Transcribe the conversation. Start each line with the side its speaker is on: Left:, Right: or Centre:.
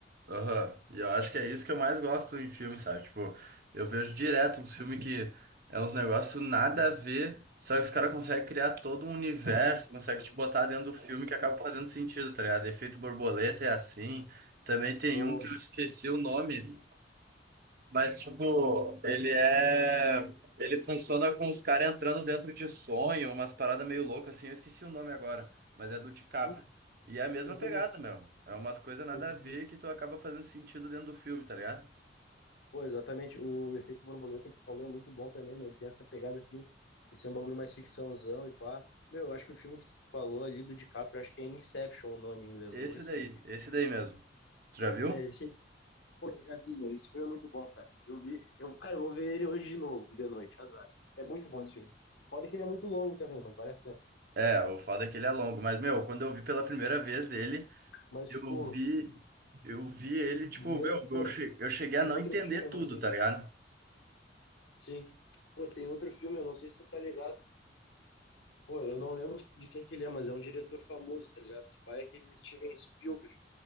Right: Aham, E eu acho que é isso que eu mais gosto em filme, sabe? Tipo, eu vejo direto um filme que é uns negócios nada a ver, só que os caras conseguem criar todo um universo, conseguem te botar dentro do filme que acaba fazendo sentido, tá ligado? Efeito Borboleta é assim. Também tem
Left: Pô,
Right: um que eu esqueci o nome, mas, tipo, ele é. Ele funciona com os caras entrando dentro de sonho, umas paradas meio loucas, assim. Eu esqueci o nome agora, mas é do DiCaprio.
Left: putz,
Right: E é a mesma
Left: eu
Right: pegada,
Left: tô
Right: meu. É umas coisas nada
Left: ligado.
Right: a ver que tu acaba fazendo sentido dentro do filme, tá ligado?
Left: Pô, exatamente. O efeito borboleta que tu falou é muito bom também, meu. Ele tem essa pegada assim, de ser um bagulho mais ficçãozão e pá. Meu, eu acho que o filme que tu falou ali do DiCaprio, eu acho que é Inception o nome em inglês,
Right: Esse
Left: um bagulho assim.
Right: daí, esse daí mesmo. Tu já viu?
Left: É, esse... Pô, eu já vi, meu. Esse filme é muito bom, cara. Eu vi, eu, cara, eu vou ver ele hoje de novo, de noite, azar. É muito bom esse filme. Foda que ele é muito longo também, mas vale a pena.
Right: É, o foda é que ele é longo, mas, meu, quando eu vi pela primeira vez ele,
Left: Mas,
Right: eu
Left: tipo,
Right: vi. Eu vi ele, tipo,
Left: me...
Right: meu,
Left: pô,
Right: eu che- eu cheguei
Left: tem
Right: a não
Left: outro
Right: entender
Left: filme,
Right: tudo,
Left: eu não sei
Right: tá
Left: se tu.
Right: ligado?
Left: Sim. Pô, tem outro filme, eu não sei se tu tá ligado. Pô, eu não lembro de quem que ele é, mas é um diretor famoso, tá ligado? Esse pai é aquele Steven Spielberg,